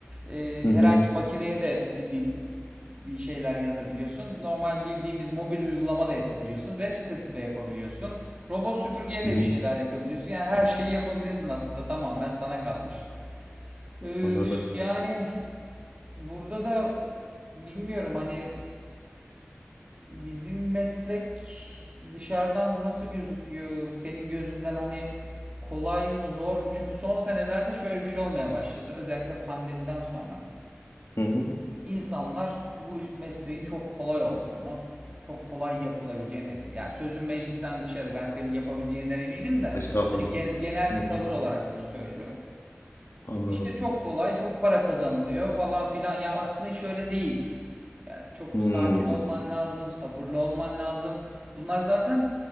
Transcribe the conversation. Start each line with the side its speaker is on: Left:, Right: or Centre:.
Right: E,
Left: Hı hı.
Right: herhangi makineye de bir dil bir şeyler yazabiliyorsun. Normal bildiğimiz mobil uygulama da yapabiliyorsun. Web sitesi de yapabiliyorsun. Robot süpürgeye
Left: Hı
Right: de
Left: hı.
Right: bir şeyler yapabiliyorsun. Yani her şeyi yapabilirsin aslında tamamen sana kalmış. Ee,
Left: Anladım.
Right: yani burada da bilmiyorum hani Bizim meslek dışarıdan nasıl gözüküyor senin gözünden hani kolay mı zor mu? Çünkü son senelerde şöyle bir şey olmaya başladı. Özellikle pandemiden sonra
Left: Hı hı.
Right: insanlar bu mesleğin çok kolay olduğunu, çok kolay yapılabileceğini yani sözün meclisten dışarı ben senin yapabileceğinden eminim de
Left: Estağfurullah.
Right: hani genel
Left: Hı
Right: bir
Left: hı.
Right: tavır olarak bunu söylüyorum
Left: Anladım.
Right: işte çok kolay, çok para kazanılıyor falan filan. Ya aslında iş öyle değil. Yani çok
Left: Hmm,
Right: sakin olman lazım, sabırlı olman lazım. Bunlar zaten